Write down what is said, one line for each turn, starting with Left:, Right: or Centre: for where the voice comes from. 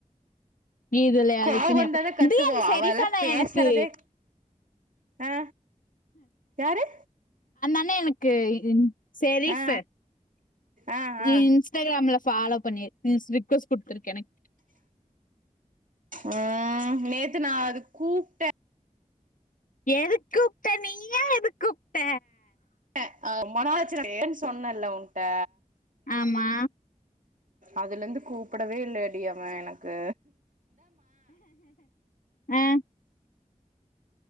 Left: இதுல
Right: கோவோ
Left: அதுக்குன்னு
Right: வந்தா
Left: எப்ப
Right: தா கத்துவோ
Left: இது அந்த செரிஃபானா
Right: அவல்லா பேசுறதே
Left: எனக்கு
Right: ஆ யாரு
Left: என்ன எனக்கு ன் சேரி
Right: ஆ
Left: சார்
Right: ஆ
Left: நீ
Right: ஆ
Left: இன்ஸ்டாகிராம்ல ஃபாலோ பண்ணிரு ரிக்வஸ்ட் குடுத்திருக்க எனக்கு
Right: ம் நேத்து நா அது கூப்டே
Left: எதுக் கூப்ட நீயா எதுக் கூப்ட
Right: க அ மன ஒளைச்சல்ல இருக்கேன்னு சொன்னேல்ல உன்கிட்ட
Left: ஆமா
Right: அதுலந்து கூப்புடவே இல்லடி அவே எனக்கு
Left: ஆ